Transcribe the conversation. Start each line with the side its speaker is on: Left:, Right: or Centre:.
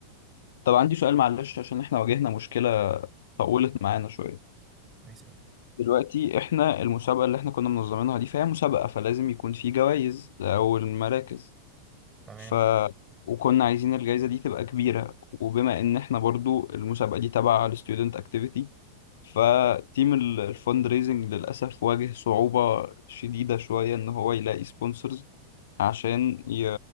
Left: طب عندي سؤال معلش عشان احنا واجهنا مشكلة طولت معانا شوية
Right: ما يسأل
Left: دلوقتي احنا المسابقة اللي احنا كنا منظمينها دي فهي مسابقة فلازم يكون في جوائز او المراكز
Right: تمام
Left: ف وكنا عايزين الجائزة دي تبقى كبيرة وبما ان احنا برضو المسابقة دي تبع الستودنت اكتيفيتي فتيم ال- الفند ريزنج للأسف واجه صعوبة شديدة شوية إن هو يلاقي سبونسرز عشان ي...